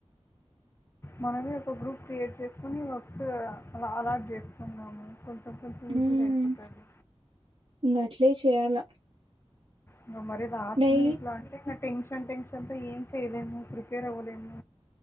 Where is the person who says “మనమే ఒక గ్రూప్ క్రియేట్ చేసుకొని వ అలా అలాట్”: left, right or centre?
Left